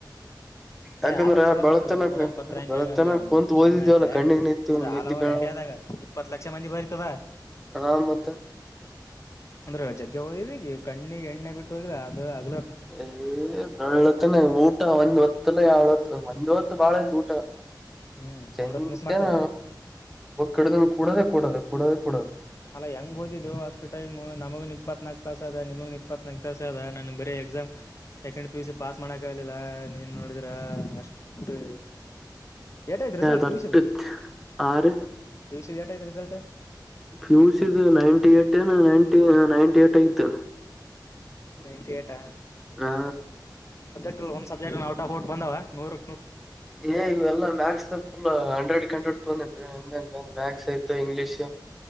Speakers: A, on the left; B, in the centre.
A: <inaudible>
B: ಯಾಕಂದ್ರ
A: ಏ್ ಆದ್ರೆ ಚಲೋ
B: ಬೆಳತನ
A: ಬಿಡ್ರಿ ಮುನ್ನೂರ ಎಪ್ಪತ್ ರಾಂಕ್
B: ಬೆಳತನ
A: ಹೆಂಗ ಅ್ರ
B: ಕುಂತ್
A: ಸುಮನೆ
B: ಓದಿದೇವಲ್ಲ
A: ಐತೆ
B: ಕಣ್ಣಿಗ್ ನಿತ್ತೀವಿ
A: ಅದು ಆಲ್
B: ನಿದ್ದಿ
A: ಓವ
B: ಕಾಣಲ್ಲ
A: ಇಂಡಿಯಾದಾಗ ಇಪ್ಪತ್ತು ಲಕ್ಷ ಮಂದಿ ಬರ್ತದ
B: ಹಾ ಮತ್ತ
A: ಅಂದ್ರ ಜಗ್ಗೆ ಹೋದಿದ ಈಗ ಕಣ್ಣಿಗೆ ಎಣ್ಣೆ ಬಿಟ್ಟು ಹೋಗ್ಿಲ್ಲ ಅ
B: ಏ ಬರಳತಾನ ಊಟ ಒಂದ್ ಹೊತ್ತಲ ಯಾವಳ್ ಹೊತ್ತು ಒಂದ್ ಹೊತ್ತು ಬಾಳ ತೂಟ
A: ಹ್ಮ್
B: ಚಂತೆ
A: ಒಂದ್ ಹೊತ್ ಮಿಸ್ ಮಾಡ್ತಿದ್ದೆ
B: ನ ಒಬ್ಬಕ್ಡಗನ್ ಕೂಡೋದೆೇ ಕೂಡೋದೆೇ ಕೂಡದು
A: ಅಲ್ಲ ಹೆಂಗ್ ಓದಿದ ಅಷ್ಟ ಟೈಮ್ ನಮಗನ್ ಇತ್ನಾಲ್ಕು ತಾಸ ಅದ ನಿಮಗ್ ಇಪ್ಪತ್ನಾಾಕಕ್ ತಾಸ ಅದ ನನ್ಗ್ ಬರೇ exam second P U C pass ಮಾಡಕ ಆಗ್ಲಿಲ್ಲ ನೀನ್ ನೋಡಿದ್ರ ಅಷ್ಟು ಎಟಐ್ತ್ ರಿಸಲ್ಟ್
B: ತಟ್ಟ
A: ಪುಷದ
B: ಆರ್
A: ಪಷದ ಎಟೈತಿ ರಿಸಲ್ಟ್
B: ಪ್ಯೂಸ್ದು ನೈಂಟಿ ಏಟ್ ಏ ನೈಂಟಿ ನೈಂಟಿ ಏಟ್ ಆಐತು
A: ನೈನ್ಟಿ ಏಟಾ
B: ಹಾ
A: ಒ್ ಸಬ್ಜೆಟ್ ಟ್ ಆಫ್ಟ್ ಬಂದವ ನೂರ್
B: ಏ ಇವೆಲ್ಲ ಮ್ಯಾಕ್ಸ್ ಫುಲ್ ಹಂಡ್ರೆಡ್ ಹಂಡ್ರೆಡ್ ತೊಂದನ್ೀ ಹಂಗಂಗ ಮ್ಯಾಕ್ಸ್ ಆಯ್ತು ಇಂಗ್ಲಿೀಷ್